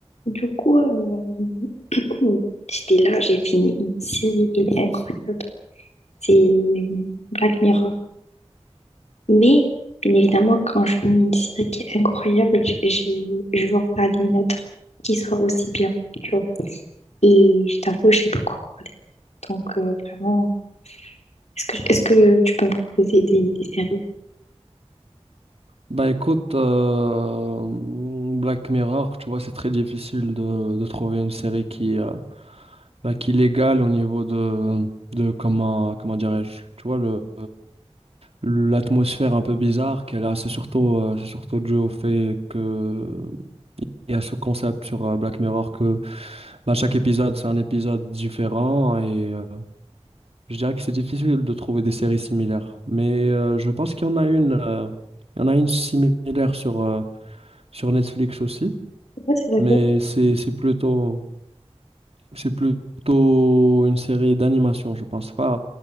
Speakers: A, on the left; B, on the right.
A: Du coup, euh, <clears throat> j'étais là, j'ai fini une série, elle est incroyable. C'est euh, Black Mirror. Mais, bien évidemment, quand je finis une série qui est incroyable, j- j'ai, je veux regarder une autre qui soit aussi bien, tu vois. Et je t'avoue, je sais pas quoi regarder. Donc, euh, vraiment, est-ce que, est-ce que tu peux me proposer des, des séries?
B: Bah écoute, euh, Black Mirror, tu vois, c'est très difficile de, de trouver une série qui, euh, bah, qui l'égale au niveau de, de comment, comment dirais-je, tu vois, le, l'atmosphère un peu bizarre qu'elle a. C'est surtout, euh, c'est surtout dû au fait que, et à ce concept sur euh, Black Mirror que bah, chaque épisode, c'est un épisode différent et euh, je dirais que c'est difficile de trouver des séries similaires. Mais euh, je pense qu'il y en a une, euh, il y en a une similaire sur. euh, sur Netflix aussi,
A: Je sais pas, c'est laquelle?
B: mais c'est c'est plutôt c'est plutôt une série d'animation, je pense pas.